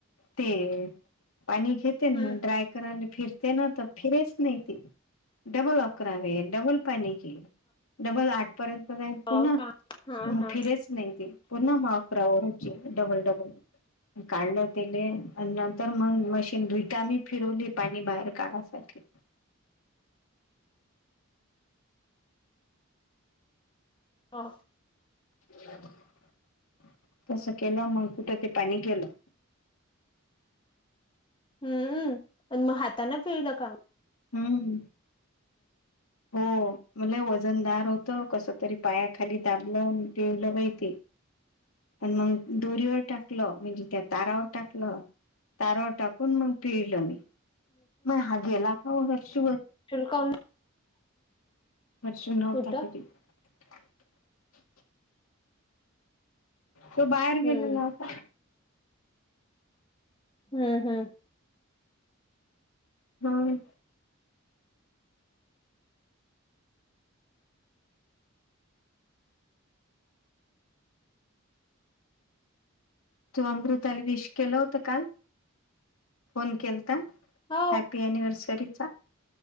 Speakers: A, on the left (about 85°); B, on the left (about 25°).
A: ते, पाणी घेते
B: हम्म
A: मग ड्राय करायला, फिरते ना तर फिरेच नाही त, डबल अकरावे डबल पनी केली, डबल आठ पर्यंत, जाईल पुन्हा
B: हो का हा हा
A: फिरेच नाही, ते पुन्हा माकरावरची डबल, डबल, काढलं तेले आणि, नंतर मग मशीन रिकाामी फिरवली पाणी बाहेर, काढायसाठी,
B: हा,
A: <unintelligible> तसं केलं मग, कुठं ते पाणी गेलं.
B: हम्म मग हाताना, पिळलं काम,
A: हम्म हो, म्हले वजनदार होत, कस तरी पायाखाली दाबलं आणि पिकल बाई ते. प मग दोरीवर टाकलं, म्हणजे त्या तारावर टाकलं. तारवर टाकून मग पिळलं मी, मग ह गेला का हर्ष,
B: <unintelligible>
A: वर्ष नवता
B: कुठं
A: घरी <unintelligible> तो बाहेर गेलेला
B: हम्म
A: होता.
B: हम्म हम्म,
A: हम्म तू अमृताला विश केलं होत काल फोन केलता
B: हो
A: हॅपी अनिव्हर्सरीचा